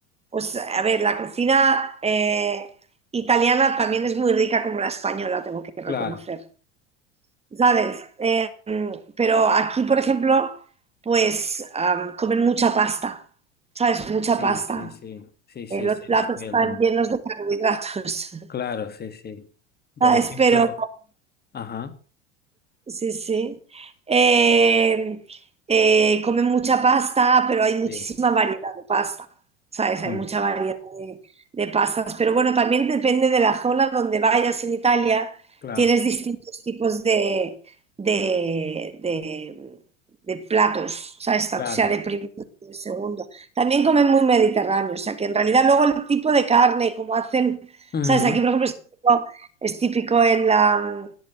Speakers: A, on the right; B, on the left.
A: pues a ver, la cocina eh, italiana también es muy rica como la española, tengo que
B: claro.
A: reconocer. ¿sabes? Eh, pero aquí, por ejemplo, pues am, comen mucha pasta, ¿sabes? Mucha
B: Sí,
A: pasta.
B: sí, sí. Sí, sí,
A: Eh, los
B: sí.
A: platos
B: Estoy
A: están
B: al tanto.
A: llenos de carbohidratos,
B: Claro, sí, sí.
A: <laughs>
B: Por
A: ¿sabes?
B: ejemplo,
A: Pero,
B: ajá,
A: Sí, sí. Eh, eh, come mucha pasta, pero hay muchísima
B: sí.
A: variedad de pasta, ¿sabes?
B: Mm,
A: Hay mucha variedad de, de pastas. Pero bueno, también depende de la zona donde vayas en Italia,
B: claro,
A: tienes distintos tipos de, de, de- de platos, ¿sabes?
B: claro.
A: O sea, de primero y de segundo. También comen muy mediterráneo, o sea, que en realidad luego el tipo de carne, como hacen,
B: Ujú.
A: ¿sabes? Aquí, por ejemplo, es típico, es típico en la